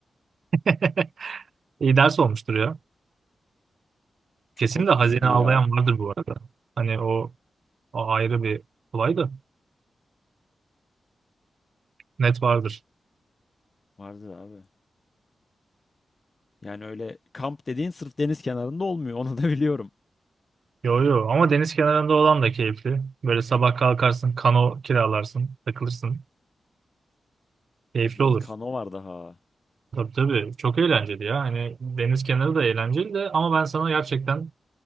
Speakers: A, on the right; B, on the left.
A: <laughs> iyi ders olmuştur ya.
B: Çok
A: Kesin
B: korkutucudur
A: de hazine avlayan
B: ya.
A: vardır bu arada. Hani o, o ayrı bir olay da net vardır.
B: Vardır abi. Yani öyle kamp dediğin sırf deniz kenarında olmuyor. <laughs> Onu da biliyorum.
A: Yo yo ama deniz kenarında olan da keyifli. Böyle sabah kalkarsın, kano kiralarsın, takılırsın. Keyifli
B: Ay
A: olur.
B: kano var daha.
A: Tabii tabii. Çok eğlenceli ya. Hani deniz kenarı da eğlenceli de ama ben sana gerçekten